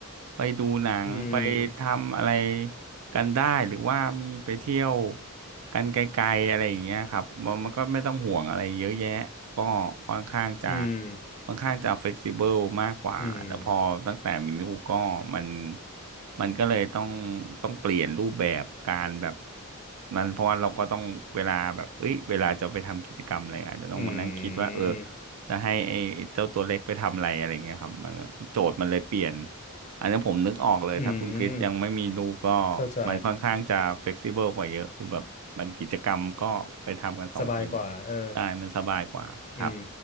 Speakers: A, on the right (about 80°); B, on the left (about 30°).
A: ไปดูหนังไปทำอะไร
B: อืม
A: กันได้หรือว่ามีไปเที่ยวกันไกลๆอะไรอย่างเงี้ยครับมันมันก็ไม่ต้องห่วงอะไรเยอะแยะก็ค่อนข้างจะ
B: อืม
A: ค่อนข้างจะเฟกซิเบิลมากกว่าแต่พอตั้งแต่มีลูกก็มัน
B: อืม
A: มันก็เลยต้องต้องเปลี่ยนรูปแบบการแบบนั้นเพราะว่าเราก็ต้องเวลาแบบเอ้ยเวลาจะไปทำกิจกรรมอะไรอาจจะต้องมานั่งคิดว่าเออ
B: อืม
A: จะให้ไอ้ไอ้เจ้าตัวเล็กไปทำอะไรอะไรเงี้ยครับมันก็โจทย์มันเลยเปลี่ยน อันนี้ผมนึกออกเลยถ้าคุณคริสยังไม่มีลูกก็
B: อืมเข้าใจ
A: มันค่อนข้างจะเฟ e ซิเบิลกว่าเยอะคือแบบมันกิจกรรมก็ไปทำกันสองคน
B: สบายกว่าเออ
A: ได้มันสบายกว่าครับ
B: อืม